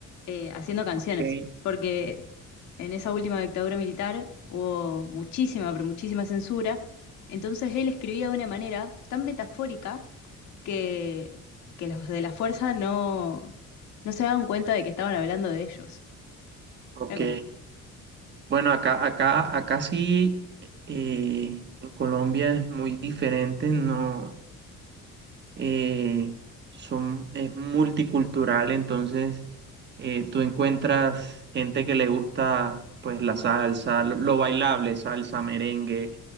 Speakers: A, on the left (about 70°); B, on the right (about 35°).
A: eh, haciendo canciones,
B: ok,
A: porque en esa última dictadura militar hubo muchísima, pero muchísima censura, entonces él escribía de una manera tan metafórica que, que los de la fuerza no, no se daban cuenta de que estaban hablando de ellos.
B: ok.
A: Era como,
B: Bueno, acá, acá, acá sí eh, en Colombia es muy diferente, no. eh, son, es multicultural, entonces eh, tú encuentras gente que le gusta pues la salsa, lo, lo bailable, salsa, merengue,